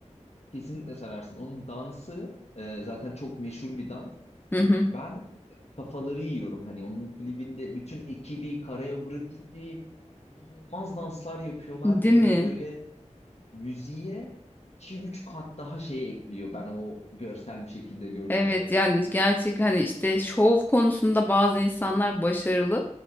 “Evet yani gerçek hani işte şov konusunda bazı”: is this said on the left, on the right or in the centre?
Left